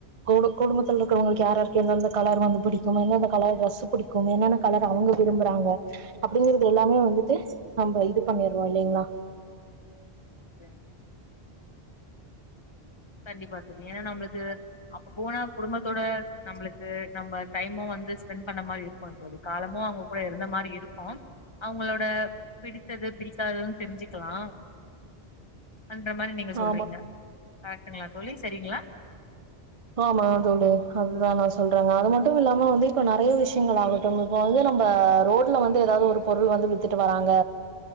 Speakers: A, on the right; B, on the left.
A: கூட குடும்பத்துல இருக்கிறவங்களுக்கு யாராருக்கு எந்தந்த கலர் வந்து பிடி நம்ம என்னென்ன கலர் டிரெஸ்சு புடிக்கு என்னென்ன கலர் அவங்க விரும்புறாங்க அப்டிங்கறது எல்லாமே வந்துட்டு நம்ம இது பண்ணிட்ரோ இல்லைங்களா
B: அதே கண்டிப்பா தோழி ஏன்னா நம்ளுக்கு அப்ப போனா குடும்பத்தோட நம்மளுக்கு நம்ம டைமும் வந்து ஸ்பெண்ட் பண்ண மாரி இரு க்கு தோழி காலமும் அவங்க கூட இருந்த மாரி இருக்கு அவங்களோட பிடித்தது பிடிக்காததுன்னு தெரிஞ்சுக்கலாம் பன்ற மாரி நீங்க சொல்றீங்க
A: ஆமா
B: கரெக்டுங்களா தோழி சரிங்களா
A: ஆமா தோழி அதுதா நா சொல்றேங்க அது மட்டு இல்லாம வந்து இப்ப நறைய விஷயங்கள் ஆக இப்போ வந்து நம்ம ரோடுல வந்து ஏதாவது ஒரு பொருள் வந்து வித்துட்டு வராங்க